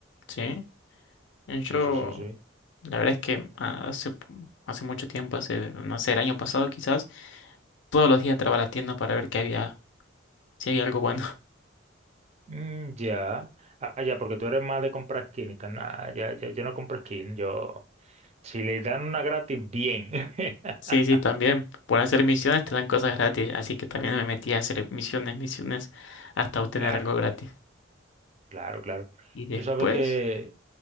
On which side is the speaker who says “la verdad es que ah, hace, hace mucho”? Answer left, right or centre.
Left